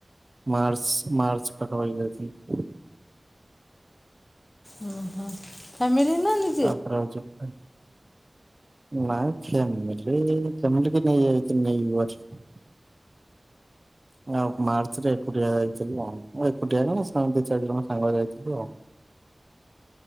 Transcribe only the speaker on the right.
ମାର୍ଚ୍ଚ ମାର୍ଚ୍ଚ ପାଖା ପାଖି ଯାଇଥିଲି।
ଆ ପରେ ଆଉ ଜିବିନାଇ ନା ଫ୍ୟାମିଲି ଫ୍ୟାମିଲି କି ନେଇ ଯାଇଥିନି <unintelligible> ଆଉ ମାର୍ଚ ରେ ଏକୁଟିଆ ଯାଇଥିଲୁ ଆଉ ଏକୁଟିଆ କଣେ ସାଙ୍ଗ ଦି ଚାରି ଜଣ ସାଙ୍ଗ ଯାଇଥିଲୁ ଆଉ।